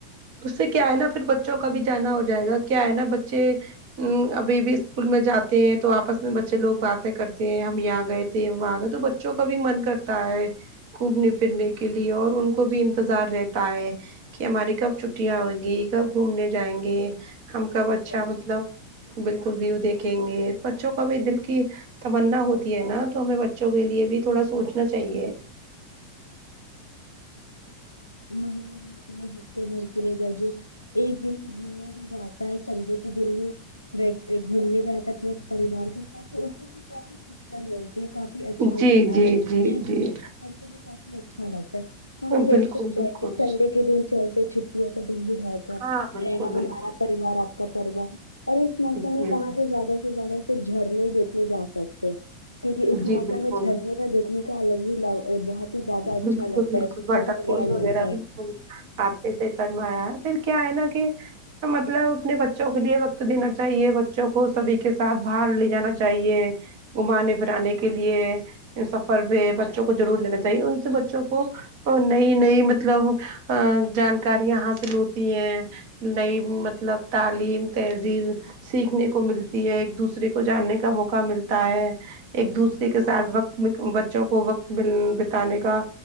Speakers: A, on the right (about 45°); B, on the left (about 85°).
A: اس سے کیا ہے نا پھر بچوں کا بھی جانا ہو جائے گا کیا ہے نا بچے ام ابھی بھی اسکول میں جاتے ہیں تو آپس میں بچے لوگ باتیں کرتے ہیں ہم یہاں گئے تھے وہاں گئے تو بچ بچوں کا بھی من کرتا ہے گھومنے پھرنے کے لیے اور ان کو بھی انتظار رہتا ہے کہ ہماری کب چھٹیاں ہوئگی کب گھومنے جائیں گے ہم
B: بالکل
A: کب اچھا مطلب بالکل ویو دیکھیں گے بچوں کا بھی دل کی تمنا ہوتی ہے نا تو ہمیں بچوں کے لیے بھی تھوڑا سوچنا چاہیے
B: مہنے بھر ہفتے بھر کے لے جا جو ایک دن گھومنے جو جاتا ہے سنڈے کے دن بھی پھر یہ گھومنے جاتا اپنے پریوار کے ساتھ اس میں بھی کافی خوشیاں ہے یہ کافی اچھا
A: جی
B: لگتا
A: جی
B: ہے
A: جی
B: ایک
A: جی
B: دن کے سفر سے بھی کافی اچھا لگتا ہے تو ہمیں یہی
A: بالکل
B: سوچا
A: بالکل
B: ہے کہ سنڈے کے دن چلتے چھٹی کا دن بھی رہتا ہے
A: ہاں بالکل
B: رہے گا ہمارا
A: بالکل
B: پریوار آپ کا پریوار اور اس موسم
A: جی
B: میں کہاں سے زیادہ سے زیادہ صرف جھرنے دیکھنے جا سکتے کیونکہ اس موسم
A: جی بالکل
B: میں جھرنے کا دیکھنے کا الگ ہی لو بہت ہی زیادہ اچھا
A: بالکل
B: لگتا
A: بالکل
B: ہے سکون
A: واٹر فال وغیرہ
B: ملتا
A: بالکل
B: ہے
A: آپ نے صحیح فرمایا پھر کیا ہے نا کہ مطلب اپنے بچوں کے لیے وقت دینا چاہیے بچوں کو سبھی کے ساتھ باہر لے جانا چاہیے گھمانے پھرانے کے لیے سفر پہ بچوں کو ضرور لینا چاہیے ان سے بچوں کو اور نئی نئی مطلب ا جانکاریاں حاصل ہوتی ہیں نئی مطلب تعلیم تہذیب سیکھنے کو ملتی ہے ایک دوسرے کو جاننے کا موقع ملتا ہے ایک دوسرے
B: بالکل
A: کے ساتھ وقت بچوں کو وقت مل بتانے کا